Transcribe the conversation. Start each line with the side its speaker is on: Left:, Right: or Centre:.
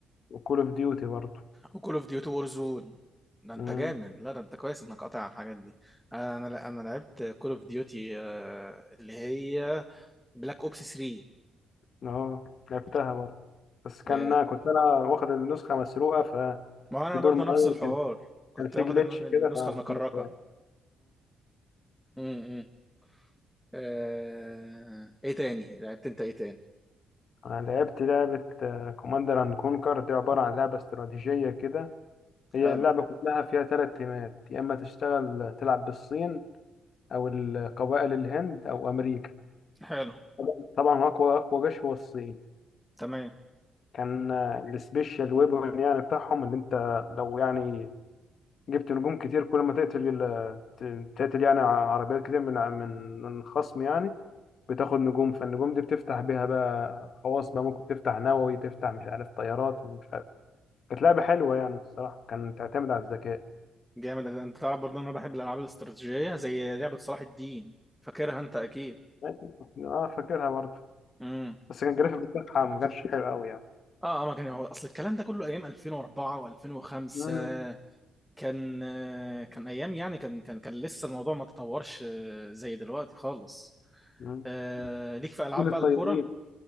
Left: وكول اوف ديوتي برضه
Centre: وكول اوف ديوتي وور زون ده انت
Left: مم.
Centre: جامد لا ده انت كويس انك قاطع على الحاجات دي انا انا لعبت كول اوف ديوتي اللي هي بلاك اوبس 3
Left: اه لعبتها برضه بس كان
Centre: ايه
Left: كنت أنا واخد النسخة مسروقة ففي
Centre: ما هو انا
Left: دور
Centre: برضه
Left: معين
Centre: نفس الحوار
Left: كان
Centre: كنت
Left: كان في
Centre: واخد
Left: جليتش
Centre: الن-
Left: كده
Centre: النسخه
Left: فما
Centre: المكركه
Left: كملتهاش
Centre: امم آه... ايه تاني لعبت انت ايه تاني
Left: أنا لعبت لعبة كوماندر أند كونكر دي عبارة عن لعبة استراتيجية كده هي
Centre: حلو
Left: اللعبة كلها فيها تلات تيمات يا إما تشتغل آه، تلعب بالصين أو القبائل الهند أو أمريكا
Centre: حلو
Left: طبعا طبعاً أقوى أقوى جيش هو الصين
Centre: تمام
Left: كان آه، السبيشال ويبن يعني بتاعهم اللي أنت لو يعني جبت نجوم كتير كل ما تقتل ال- ت- تقتل يعني عربيات كتير من من من الخصم يعني بتاخد نجوم فالنجوم دي بتفتح بيها بقى خواص بقى ممكن تفتح نووي تفتح مش عارف طيارات ومش عارف كانت لعبة حلوة يعني الصراحة كان تعتمد على الذكاء
Centre: جامد انت تعرف برضه ان انا بحب الالعاب الاستراتيجيه زي لعبه صلاح الدين فاكرها انت اكيد
Left: لكن- اه فاكرها برضه
Centre: امم
Left: بس كان الجرافيك بتاعها ما كانش حلو قوي يعني
Centre: اه اه ما كان هو اصل الكلام ده كله ايام 2004 و2005
Left: مم.
Centre: كان آه، كان ايام يعني كان كان كان لسه الموضوع ما تطورش آه، زي دلوقتي خالص
Left: مم.
Centre: آه، ليك في العاب
Left: جيل الطيبين
Centre: بقى الكوره